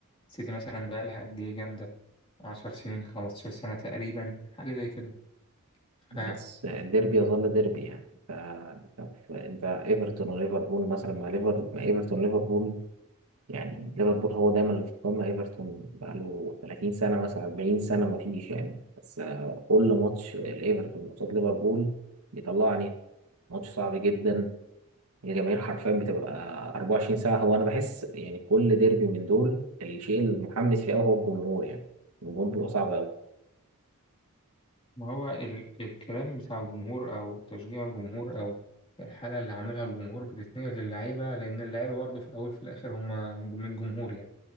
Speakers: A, on the left (about 25°); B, on the right (about 85°).
A: السيتي مثلا بقى لها قد ايه جامده 10 سنين 15 سنه تقريبا حاجه زي كده فما
B: بس الديربي يظل ديربي يعني انت انت في- انت ايفرتون وليفربول مثلا مع ليفر مع ايفرتون ليفربول يعني ليفربول هو دايما اللي في القمه ايفرتون بقى له 30 سنه مثلا 40 سنه ما فيش يعني بس آه، كل ماتش لايفرتون قصاد ليفربول بيطلعني ماتش صعب جدا الجماهير حرفيا بتبقى 24 ساعة هو أنا بحس يعني كل ديربي من دول الشيء المحمس فيه أوي هو الجمهور يعني الجمهور بيبقى صعب أوي
A: هو ال الكلام بتاع الجمهور او تشجيع الجمهور او الحاله اللي عاملها الجمهور بتتنقل للعيبه لان اللعيبه برضه في الاول في الاخر هم من الجمهور يعني